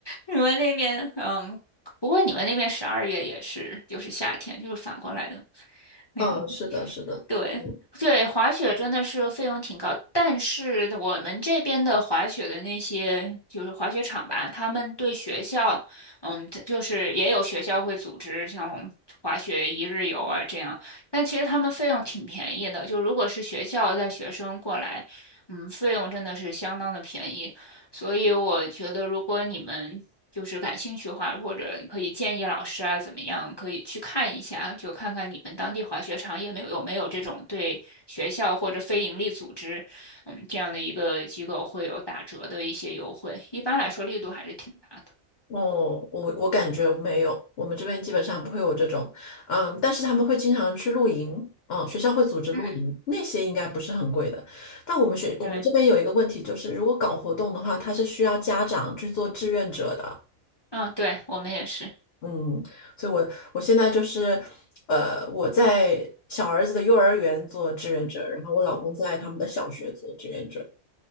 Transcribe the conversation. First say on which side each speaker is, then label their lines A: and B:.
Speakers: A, on the left; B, on the left.
A: 你们那边嗯，不过你们那边十二月也是就是夏天，就是反过来的那种。
B: 嗯，是的，是的，
A: 对对，
B: 嗯。
A: 滑雪真的是费用挺高，但是我们这边的滑雪的那些就是滑雪场吧，他们对学校，嗯，它就是也有学校会组织像滑雪一日游啊这样，但其实他们费用挺便宜的，就如果是学校带学生过来，嗯，费用真的是相当的便宜。所以我觉得，如果你们就是感兴趣的话，或者你可以建议老师啊，怎么样，可以去看一下，就看看你们当地滑雪场也没有有没有这种对学校或者非盈利组织，嗯，这样的一个机构会有打折的一些优惠。一般来说，力度还是挺大的。
B: 哦，我我感觉没有，我们这边基本上不会有这种，嗯，但是他们会经常去露营，嗯，学校会组织露营，
A: 嗯，
B: 那些应该不是很贵的。但我们学我们这边有一个问题，
A: 对，
B: 就是如果搞活动的话，它是需要家长去做志愿者的，
A: 嗯，对，我们也是。
B: 嗯，所以我我现在就是，呃，我在小儿子的幼儿园做志愿者，然后我老公在他们的小学做志愿者，